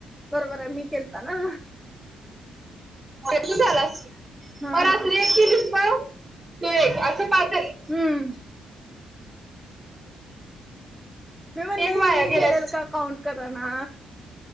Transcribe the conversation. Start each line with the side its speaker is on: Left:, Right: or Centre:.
Centre: बरोबर आहे, मी केलता ना.
Right: चुकून झाला असेल,
Centre: हा
Right: मग रात्री
Centre: हा
Right: एक केलीस तो, तो एक असं पाच झाले.
Centre: हं...
Right: <inaudible>
Centre: मी म्हणलं
Right: एक
Centre: हे
Right: वाया
Centre: मी
Right: गेला
Centre: केलेल का काउंट करणा.